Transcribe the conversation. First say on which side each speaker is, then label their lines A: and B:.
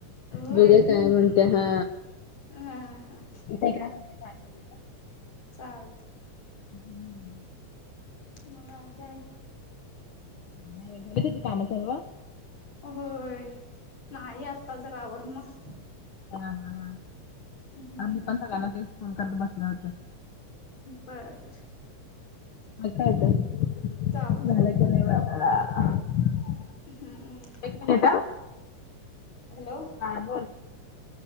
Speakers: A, on the left; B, on the left.
A: होय
B: बघुया काय म्हणतोय हा.
A: हा हा
B: ते का कायऽ <inaudible>
A: चालतंय.
B: हम्म. <inaudible>
A: मग आणि काय.
B: झाली तुझी कामं सगळी.
A: होय. नाही आत्ता जरा आवरनार.
B: हा हा
A: हम्म
B: आम्ही पण सगळ्यांना ते फोन करत बसलं होतं.
A: बर बर
B: <inaudible>
A: चालतंय.
B: <inaudible>
A: हम्म
B: एक मिनिट हा.
A: हॅलो.
B: हा बोल.